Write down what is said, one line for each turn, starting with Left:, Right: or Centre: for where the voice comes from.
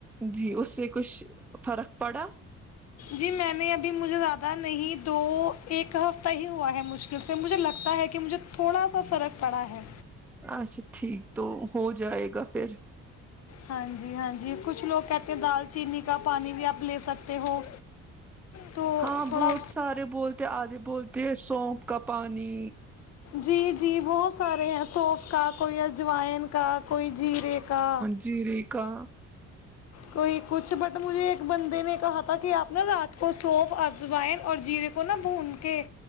Centre: جی اس سے کچھ فرق پڑا
Left: جی میں نے ابھی مجھے زیادہ نہیں دو ایک ہفتہ ہی ہوا ہے مشکل سے مجھے لگتا ہے کہ مجھے تھوڑا سا فرق پڑا ہے
Centre: اچھا ٹھیک تو ہو جائے گا اا پھر
Left: ہاں جی ہاں جی کچھ لوگ کہتے ہیں دال چینی کا پانی بھی آپ لے سکتے ہو تو
Centre: ہاں
Left: تھوڑا
Centre: بہت سارے بولتے آدھے بولتے ہیں سونپ کا پانی
Left: جی جی بہت سارے ہیں سوف کا کوئی اجوائن کا کوئی جیرے کا
Centre: جی ریکا
Left: کوئی کچھ بٹ مجھے بندے نے کہا تھا کہ آپ نا رات کو سوف اجوائن اور جیرے کو نا بھون کے